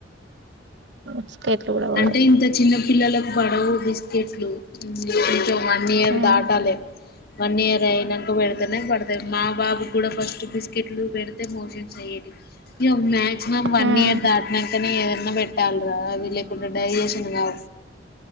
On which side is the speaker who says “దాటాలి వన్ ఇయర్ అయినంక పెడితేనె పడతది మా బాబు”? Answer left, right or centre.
Left